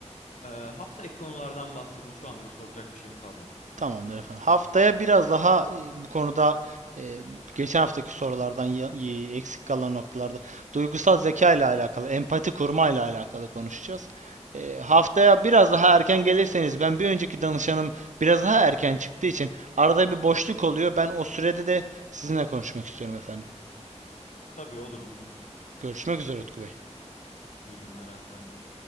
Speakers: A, on the left; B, on the right.
A: E, hafta ek konulardan bahsedin. Şu anda soracak bir şeyim kalmadı.
B: Tamamdır efendim. Haftaya biraz daha e, bu konuda e, geçen haftaki sorulardan ya- y- eksik kalan noktalarda duygusal zeka ile alakalı, empati kurma ile alakalı konuşacağız. E, haftaya biraz daha erken gelirseniz ben bir önceki danışanım biraz daha erken çıktığı için arada bir boşluk oluyor. Ben o sürede de sizinle konuşmak istiyorum efendim.
A: Tabii olur mümkün.
B: Görüşmek üzere Utku Bey.
A: İyi günler Erkan Bey.